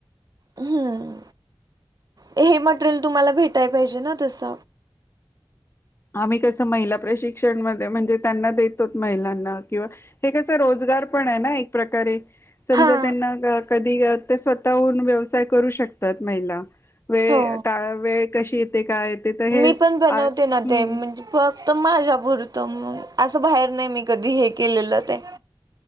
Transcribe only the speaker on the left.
आम्ही कसं महिला प्रशिक्षण म म्हणजे त्यांना महिलांना किंवा हे कस रोजगार पण आहे ना एक प्रकारे. समजा
त्यांना कधी ते स्वतःहून व्यवसाय करू शकतात महिला. वेळ
काळ वेळ कशी येते काय येते तर हे
हम्म